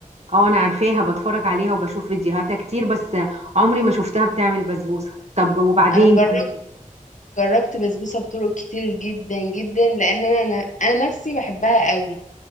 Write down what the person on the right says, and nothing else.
اه انا عارفاها بتفرج عليها وبشوف فيديوهاتها كتير بس عمري ما شفتها بتعمل بسبوسة طب وبعدين
كم...